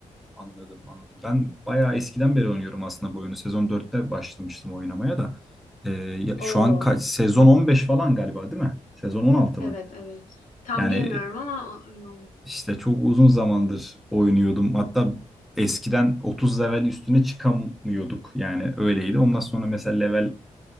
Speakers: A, in the centre; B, on the left (about 60°).
A: anladım anladım. Ben bayağı eskiden beri oynuyorum aslında bu oyunu. Sezon dörtte başlamıştım oynamaya da. E, ya-
B: Oo
A: şu an kaç? Sezon 15 falan galiba değil mi? Sezon 16 mı?
B: evet evet. Tam
A: Yani
B: bilmiyorum ama öyle olmalı.
A: işte çok uzun zamandır oynuyordum. Hatta eskiden 30 level üstüne çıkamıyorduk. Yani öyleydi. Ondan sonra mesela level